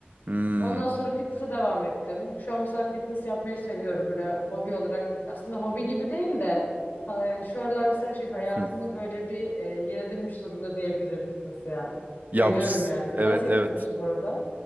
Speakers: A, on the right; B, on the left.
A: hı,
B: Ondan sonra fitness'a devam ettim. Şu an mesela fitness yapmayı seviyorum böyle hobi olarak. Aslında hobi gibi değil de ha- yani şu aralar mesela şey hayatımda
A: hı.
B: böyle bir eee yer edinmiş durumda diyebilirim fitness ya.
A: Ya
B: Seviyorum
A: bu s-
B: yani.
A: evet
B: Sen yapıyor
A: evet.
B: musun bu arada?